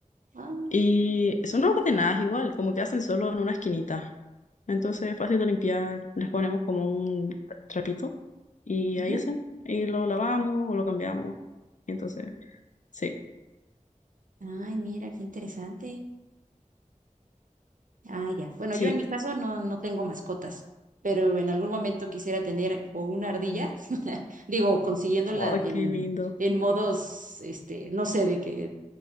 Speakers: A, on the right; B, on the left.
A: Ah,
B: Y son ordenadas igual, como que hacen solo en una esquinita. Entonces es fácil de limpiar, les ponemos como un trapito y
A: ujú.
B: ahí hacen. Y lo lavamos o lo cambiamos. Entonces, sí,
A: Ay, mira, qué interesante. Ah, ya. Bueno,
B: sí.
A: yo en mi caso no, no tengo mascotas, pero en algún momento quisiera tener o una
B: Oh,
A: ardilla, <laughs> digo, consiguiéndola
B: Ay,
A: en,
B: qué lindo.
A: en modos, este, no sé, de que